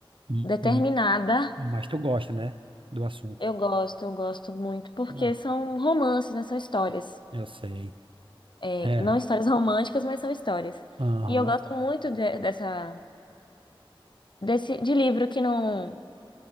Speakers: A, on the right; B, on the left.
A: Hum,
B: determinada.
A: hum. Mas tu gosta, né, do assunto.
B: Eu gosto, eu gosto muito, porque
A: Ah,
B: são romances, né? São histórias.
A: eu sei.
B: É,
A: É.
B: não histórias <laughs> românticas, mas são histórias.
A: Aham,
B: E eu gosto muito de- dessa, desse, de livro que não,